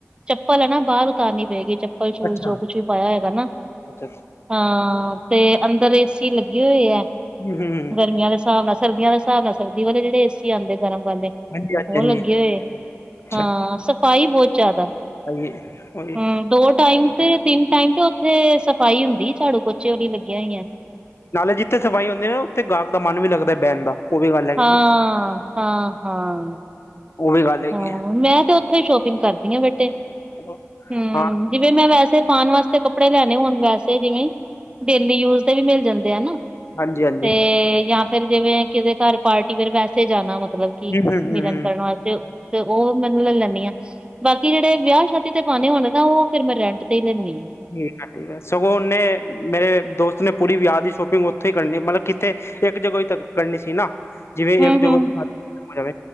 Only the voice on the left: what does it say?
ਅੱਛਾ
ਅੱਛਾ
ਹੂੰ ਹੂੰ ਹੂੰ
ਹਾਂਜੀ ਹਾਂਜੀ
ਹਾਂਜੀ
ਅੱਛਾ
ਭਾਈ ਉਹੀ
ਨਾਲੇ ਜਿੱਥੇ ਸਫਾਈ ਹੁੰਦੇ ਉਹ ਉੱਥੇ ਗਾਹਕ ਦਾ ਮਨ ਵੀ ਲੱਗਦਾ ਬਹਿਣ ਦਾ ਉਹ ਵੀ ਗੱਲ ਹੈਗੀ
ਨਾ
ਉਹ ਵੀ ਗੱਲ ਹੈਗੀ
ਹੈਲੋ
ਹਾਂ
ਹਾਂਜੀ ਹਾਂਜੀ
ਹੂੰ
ਹੂੰ ਹੂੰ
ਹੂੰ
ਠੀਕ ਆ- ਠੀਕ ਆ ਸਗੋਂ ਉਹਨੇ ਮੇਰੇ ਦੋਸਤ ਨੇ ਪੂਰੀ ਵਿਆਹ ਦੀ ਸ਼ੋਪਿੰਗ ਉੱਥੇ ਹੀ ਕਰਨੀ ਮਤਲਬ ਕਿੱਥੇ ਇੱਕ ਜਗ੍ਹੋਂ ਥੱਕਣ ਨਹੀਂ ਸੀ ਨਾ ਜਿਵੇਂ
ਇੱਕ ਜੋ
<unintelligible>